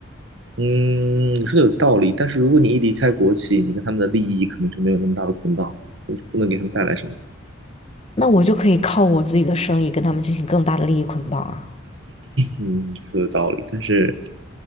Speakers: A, on the right; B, on the left.
A: 嗯，你说的有道理，但是如果你一离开国企，你跟他们的利益可能就没有那么大的捆绑，你不能给他们带来什么。
B: 那我就可以靠我自己的生意跟他们进行更大的利益捆绑啊。
A: 嗯，你说的道理，但是，